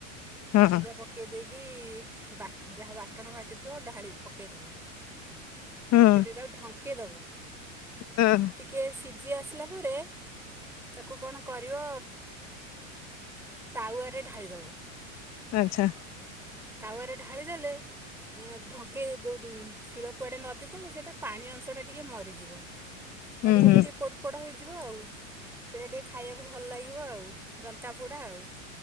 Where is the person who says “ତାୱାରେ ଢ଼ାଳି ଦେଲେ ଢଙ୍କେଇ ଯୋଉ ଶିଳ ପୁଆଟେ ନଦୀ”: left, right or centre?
Centre